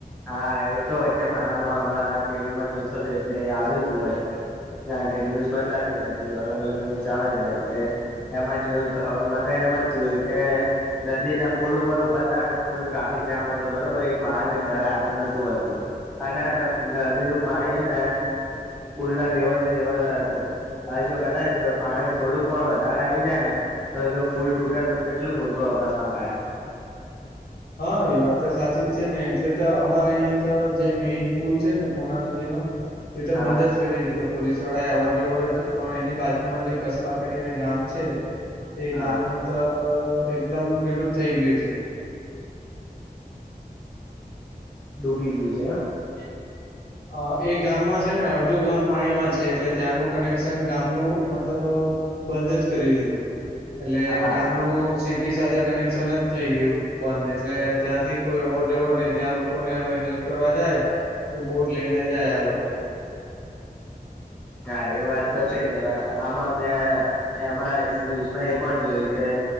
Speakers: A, in the centre; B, on the left.
A: હા એ તો વચ્ચે મારામાં હમણાં ટીવીમાં જોતો તો એટલે આવ્યું તું કારણ કે ન્યૂઝ બદલાતી રહેતી અલગ અલગ ન્યૂઝ આવે જાય એમાં જોયું તો હવે મને એમ જ જોયું કે. નદી ના પુલ ઉપર ઉભા હતા અને ફૂલ ટ્રાફિક જામ હતો બરોબર એક વાહન ્યારે આકારળ નતું હોતું અને નદી નું પાણી હ ને પુલ ના લેવલે લેવા હતું. હવે જો કદાચ પાણી થોડુંક પણ વધારે આવી જાય ને તો જો પુલ તૂટે તો કેટલું મોટો અકસ્માત થાય
B: હા એ વાત તો સાચી જ છે ને એટલે તો અમારે અહિયાં તો જે મેઈન પુલ છે ને પૂર્ણા નદીનો એ તો
A: હા
B: બંધ જ કરી દીધો પોલીસવાળા એ અવર જવર જ પણ એની બાજુમાં જે કસબા કરીને ગામ છે. તે
A: હા
B: ગામનું તો એકદમ પીલું જ થઈ ગયું છે
A: ડૂબી ગ્યુ છે એમ
B: ચાલ અ એ ગામમાં છે ને અડધું ગામ પાણીમાં છે એટલે ત્યાંનું કનેક્શન ગામનું મતલબ બંધ જ કરી દીધું એટલે
A: હા
B: ગામનું સી ટી સાથે કનેક્શન જ થઈ ગયું બંધ એટલે ત્યાંથી કોઈ અવર જવર નહી ત્યાં લોકોને હવે હેલ્પ કરવા જાય તો બોટ લઈને જાય આ લોકો
A: હા એ વાત તો છે જ હવે આમાં મે એમાં ન્યૂઝમાં એ પણ જોયું કે